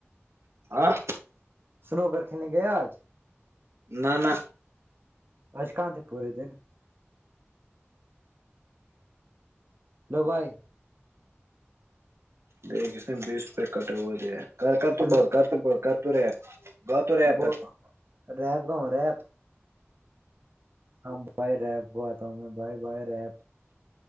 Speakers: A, on the right (about 80°); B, on the right (about 55°).
A: ہاں
B: سنو گ کھیلنے گیا آج
A: نا نا
B: اج کاہاں تھ پورے دن ہیلو بھائی
A: دیک ک نے بیس روپئے کٹا ہوا دیا کر کر تو
B: ہلو
A: بہت کر تو بت کر تو رہے بہت تو رہے
B: ب
A: تک
B: ریب گاؤں ریب ہاں بائی ریپ ب آتا ہوں میں bye bye rape